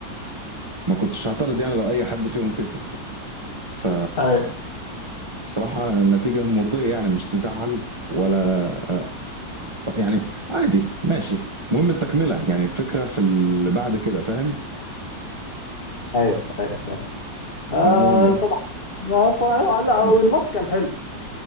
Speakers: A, on the right; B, on the left.
A: ما كنتش هعترض يعني لو اي حد فيهم كسب ف
B: ايوه
A: بصراحة نتيجة مرضية يعني مش تزعل ولا ط- يعني عادي ماشي المهم التكملة يعني الفكرة في اللي بعد كده فاهم
B: ايوه ايوه فاهم آه
A: هو عموما بقى
B: صباح ما صباح لا لا،
A: اتفضل
B: الماتش كان حلو